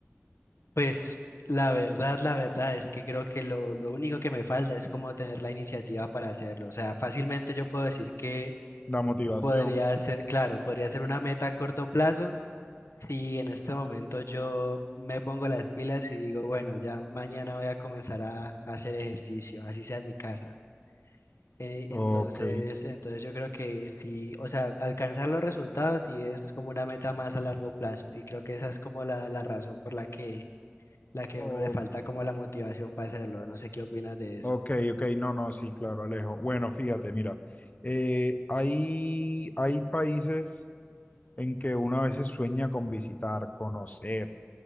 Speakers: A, on the left (about 75°); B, on the left (about 35°).
A: Pues la verdad, la verdad es que creo que lo, lo único que me falta es como tener la iniciativa para hacerlo. O sea, fácilmente yo puedo decir que
B: La motivación.
A: podría ser, claro, podría ser una meta a corto plazo Sí, en este momento yo me pongo las pilas y digo, bueno, ya mañana voy a comenzar a, a hacer ejercicio, así sea en mi casa. Eh,
B: Ok.
A: entonces, entonces yo creo que sí, o sea, alcanzar los resultados sí es como una meta más a largo plazo y creo que esa es como la, la razón por la que, la que
B: O-
A: a uno le falta como la motivación para hacerlo. No sé qué opinas de eso.
B: ok, ok. No, no, sí, claro, Alejo. Bueno, fíjate, mira. eh, hay, hay países en que uno a veces sueña con visitar, conocer.